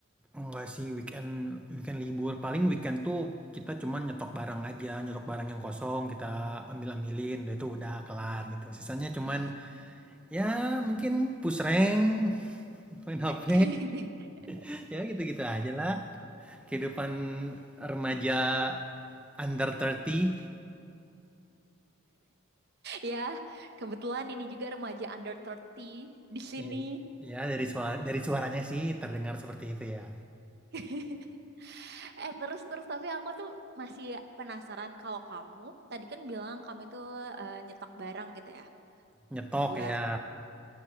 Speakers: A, in the centre; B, on the right.
A: Enggak sih weekend weekend libur paling weekend tuh kita cuman nyetok barang aja nyetok barang yang kosong kita ambil ambilin udah itu udah kelar gitu sisanya cuman
B: Mm-mm.
A: ya mungkin push rank main
B: <laughs>
A: HP <laughs> ya gitu gitu aja lah kehidupan remaja under 30
B: Ya, kebetulan ini juga remaja under 30 di sini.
A: ya, ya dari suara dari suaranya sih terdengar seperti itu ya
B: <laughs> Eh terus terus tapi aku tuh masih penasaran kalau kamu tadi kan bilang kamu itu eh, nyetok barang gitu ya
A: nyetok
B: buat
A: ya